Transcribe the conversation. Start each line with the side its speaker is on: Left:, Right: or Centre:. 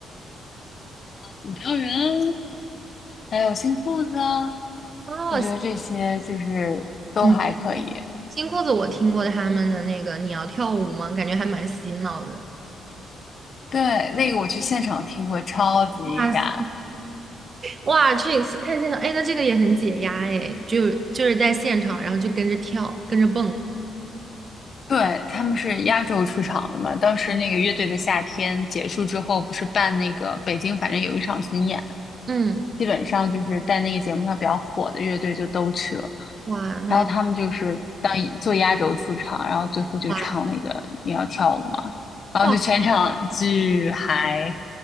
Left: 五条人，还有新裤子啊，
Right: 哦，
Left: 我觉得这些就是都还可以。
Right: 嗯，新裤子我听过他们的那个《你要跳舞吗》，感觉还蛮洗脑的。
Left: 对，那个我去现场听过，超级燃。
Right: 哇塞！哇，去看现场，哎，那这个也很解压，哎，就就是在现场，然后就跟着跳，跟着蹦，
Left: <laughs> 对，他们是压轴出场的嘛，当时那个乐队的夏天结束之后，不是办那个北京，反正有一场巡演，
Right: 嗯，
Left: 基本上就是在那个节目上比较火的乐队就都去了，
Right: 哇，那还
Left: 然后他们就是当做压轴出场，然后最后就唱那个你要跳舞吗？
Right: 哇
Left: 然后就全场巨嗨。
Right: 哇